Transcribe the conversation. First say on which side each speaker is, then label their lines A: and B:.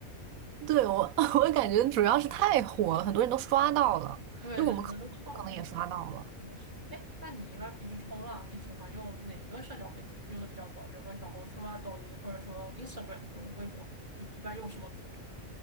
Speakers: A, on the right; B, on the right.
A: 对，我 <laughs>，我感觉主要是太火了，很多人都刷到了，
B: 对，
A: 就我们可我可能也刷到了。
B: 就是可能都知道了，对，是的是。哎，那你一般平时冲浪，你喜欢用哪个社交媒体用的比较多？比如说小红书啊、抖音，或者说 Instagram 或者微博，你一般用什么比较多？